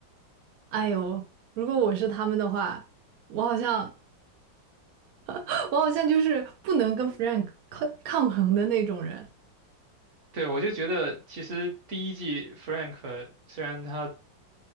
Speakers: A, on the right; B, on the right.
A: 哎呦，如果我是他们的话，我好像 <laughs> 我好像就是不能跟 Frank 抗抗衡的那种人。
B: 对，我就觉得其实第一季 Frank 虽然他